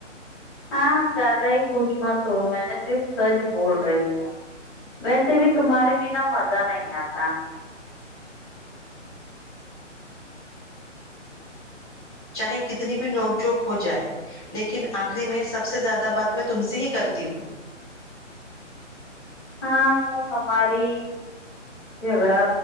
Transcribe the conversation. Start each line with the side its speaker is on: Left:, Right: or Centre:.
Left: ہاں ہاں زیادہ ہی خوش مت ہو میں نے صرف سج بول رہی ہوں ویسے بھی تمہارے بنا مزہ نہیں آتا
Right: چاہے کتنی بھی نوک جوک ہو جائے لیکن آخری میں سب سے زیادہ بات میں تم سے ہی کرتی ہوں
Left: ہاں اور ہماری جھگڑا